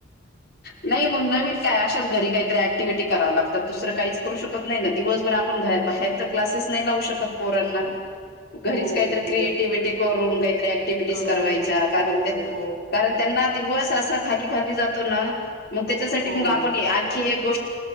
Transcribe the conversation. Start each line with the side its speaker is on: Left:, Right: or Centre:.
Left: नाही मग नवीन काय, अशात घरी काहीतरी ऍक्टिव्हिटी कराव लागतात दुसर काहीच करू शकत नाही ना दिवस आपण बाहेर क्लासेस नाही लावु शकत. पोरांना घरीच
Right: हो,
Left: काहीत
Right: हो.
Left: क्रिएटिव्हटी करून काही क्टिव्हिज
Right: करून.
Left: करावायच्या
Right: हो,
Left: कारण त्यांना,
Right: हो, हो.
Left: कारण त्यांना दिवस असा खाली खाली जातो ना मग त्याच्यासाठी
Right: हो.
Left: मग आपण आणखी एक